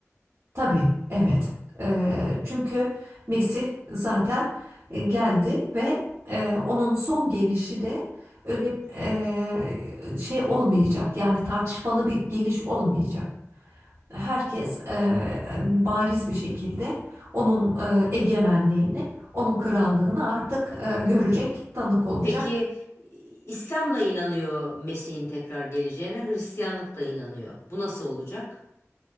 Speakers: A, on the right (about 55°); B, on the left (about 60°).
A: Tabii, evet. Eee, çünkü Mesih zaten e, geldi ve e, onun son gelişi de öyle e, şey olmayacak. Yani tartışmalı bir geliş olmayacak. Herkes e, bariz bir şekilde onun e, egemenliğini, onun krallığını artık e, görecek, tanık olacak.
B: Peki İslam da inanıyor Mesih'in tekrar geleceğine, Hristiyanlık da inanıyor. Bu nasıl olacak?